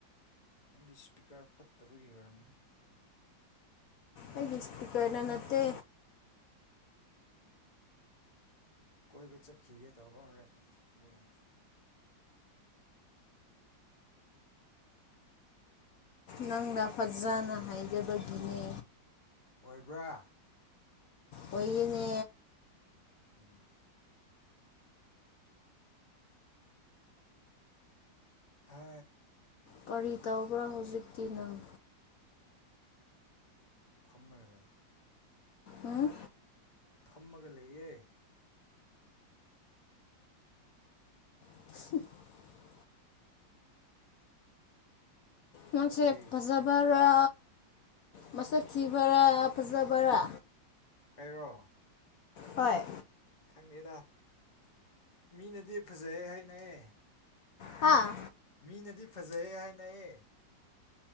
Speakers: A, on the left (about 30°); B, on the left (about 70°).
A: ꯅꯪꯒꯤ ꯏꯁꯄꯤꯀꯔ ꯐꯠꯇꯕꯒꯤ ꯑꯣꯏꯔꯝꯅꯤ
B: ꯑꯩꯒꯤ ꯏ ꯏꯁꯄꯤꯀꯔ ꯅꯅꯠꯇꯦ
A: ꯀꯣꯏꯕ ꯆꯠꯈꯤꯒꯦ ꯇꯧꯕ ꯍꯣꯔꯦꯟ ꯑꯗꯨꯏꯅꯦ
B: ꯂꯥꯡꯗꯥꯐꯠ ꯆꯅ ꯍꯥꯏꯗꯕꯗꯤꯅꯦ
A: ꯑꯣꯏꯕ꯭ꯔꯥ
B: ꯑꯣꯏꯅꯦ
A: ꯎꯝ ꯍ
B: ꯀꯔꯤ ꯇꯧꯕ꯭ꯔꯣ ꯍꯧꯖꯤꯛꯇꯤꯅꯪ
A: ꯐꯝꯃꯦꯒ ꯂꯩꯦ
B: ꯑ
A: ꯊꯝꯃꯒ ꯂꯩꯌꯦꯦ
B: <inaudible> ꯃꯁꯦ
A: ꯀꯩ
B: ꯄꯖꯕꯔ ꯔ ꯃꯁꯛ ꯊꯤꯕꯔꯥ ꯐꯖꯕꯔꯥ
A: ꯈꯦꯔꯣ
B: ꯍꯣꯏ
A: ꯈꯪꯗꯦꯗ ꯃꯤꯅꯗꯤ ꯐꯖꯩ ꯍꯥꯏꯅꯌꯦ
B: ꯍꯥꯥ
A: ꯃꯤꯅꯗꯤ ꯐꯖꯩꯑꯦ ꯍꯥꯏꯅꯌꯦ